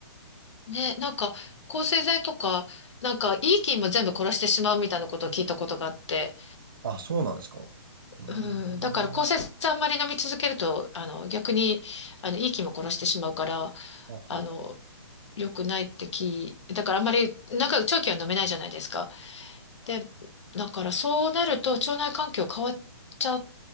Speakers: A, on the left; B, on the right.
A: ね、なんか、抗生剤とか、なんか、いい菌も全部殺してしまうみたいなことを聞いたことがあって、
B: あ、そうなんですか。うーん。
A: うん、だから抗生剤あんまり飲み続けると、あの、逆に、あの、いい気も殺してしまうから、
B: ほうほうほう
A: あの、良くないって聞だからあんまり、なんか長期は飲めないじゃないですか。で、だからそうなると腸内環境変わっちゃわ